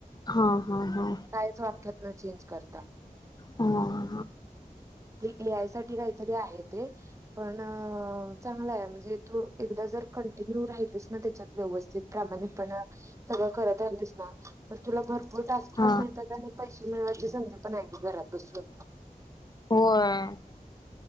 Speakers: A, on the left; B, on the right.
A: हा हा हा
B: काहीच वाक्यात न चेंज करता
A: हो
B: ते ए आय साठी काहीतरी आहे ते पण चांगला आहे म्हणजे तू एकदा जर कंटिन्यू राहिलीस ना त्याच्यात व्यवस्थित प्रामाणिकपणा सगळं करता ये दिस ना तर तुला भरपूर टास्क
A: हा
B: पण मिळतात त्यां पैसे मिळावायची संधी पण आहे घरात बसून
A: होय